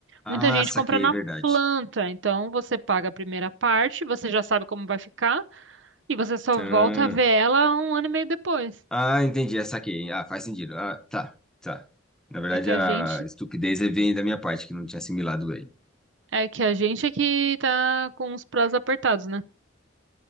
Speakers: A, in the centre; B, on the right.
A: Ah,
B: Muita gente
A: saquei,
B: compra na
A: verdade.
B: planta, então você paga a primeira parte, você já sabe como vai ficar e você só
A: Ah,
B: volta a ver ela um ano e meio depois.
A: ah, entendi, é, saquei. Ah, faz sentido. Ah, tá, tá. Na verdade,
B: É que a
A: a
B: gente
A: estupidez aí vem da minha parte, que não tinha assimilado bem.
B: é que a gente é que tá com os prazos apertados, né?